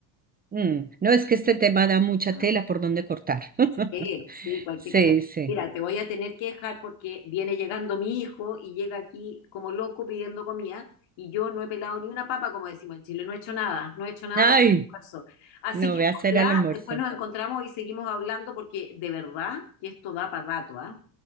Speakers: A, on the right; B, on the left.
A: Mm, No es que este tema da mucha
B: Ah,
A: tela por donde cortar. <laughs>
B: eh, sí, cualquier
A: Sí,
B: cantidad.
A: sí.
B: Mira, te voy a tener que dejar porque viene llegando mi hijo y llega aquí como loco pidiendo comida y yo no he pelado ni una papa, como decimos en Chile, no he hecho nada, no he hecho nada
A: Ay,
B: para el almuerzo. Así
A: no
B: que
A: ve a hacer
B: ojalá
A: al almuerzo.
B: después nos encontramos y seguimos hablando porque de verdad que esto da para rato, ¿ah?